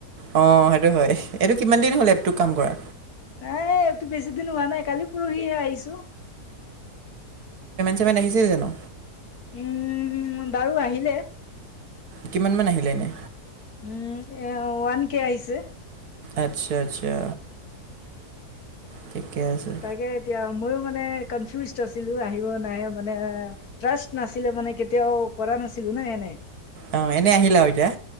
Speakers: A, on the right; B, on the left.
A: অঁ সেইটো হয় এইটো কিমান দিন হ'ল এপটোত কাম কৰা
B: এ একতো বেছি দিন হোৱা নাই কালি পৰহিহে আহিছো।
A: চমেট আহিছে জানো।
B: উম বাৰু আহিলে।
A: কিমান মান আহিলে এনে।
B: উম এ ওৱান কে আহিছে।
A: আচ্ছা আচ্ছা। ঠিকে আছে
B: তাকে এতিয়া মইও মানে কনফিউজ আছিলোঁ আহিব নাই মানে ট্ৰাষ্ট নাছিলে মানে কেতিয়াও কৰা নাছিলো ন এনে
A: অ, এনেই আহিলা এতিয়া।